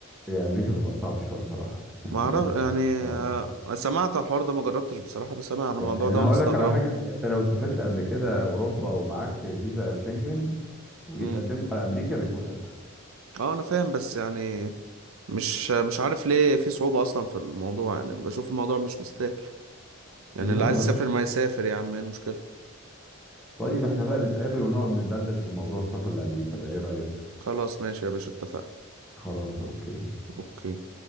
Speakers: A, in the centre; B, on the right.
A: إيه، امريكا بتبقى صعبه شويه بصراحه يعني
B: ما اعرف
A: امريكا
B: يعني آه،
A: اه
B: سمعت على الحوار ده ما جربتش بصراحة بس سامع عن
A: يعني
B: الموضوع
A: انا
B: ده ومستغربه
A: هقول لك على حاجه انت لو سافرت قبل كده اوروبا ومعاك فيزا شنجن وجيت
B: مم.
A: قدمت على امريكا بيكون اسهل
B: اه انا فاهم بس يعني مش مش عارف ليه في صعوبة اصلا في الموضوع يعني بشوف الموضوع مش مستاهل يعني
A: لا
B: اللي عايز
A: ما
B: يسافر
A: فيش
B: ما يسافر يا عم ايه المشكلة
A: طيب احنا بقى نتقابل ونقعد ندردش في موضوع السفر لامريكا ده ايه رايك
B: خلاص ماشي يا باشا اتفقنا
A: خلاص اوكي
B: اوكي